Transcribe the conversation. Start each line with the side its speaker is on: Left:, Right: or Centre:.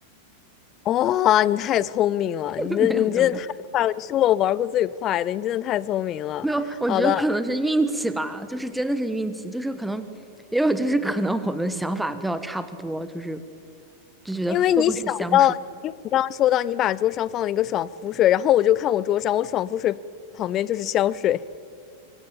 Left: 哇、你太聪明了，
Centre: <laughs>
Left: 你这你真的太快了，
Centre: 没有没有没有
Left: 你是我玩过最快的，你真的太聪明了。
Centre: 没有，我觉得可能是运气吧，
Left: 好的。
Centre: 就是真的是运气，就是可能也有就是可能我们想法比较差不多，就是就觉得会不会是香水？
Left: 因为你想到，因为你刚刚说到你把桌上放了一个爽肤水，然后我就看我桌上，我爽肤水旁边就是香水，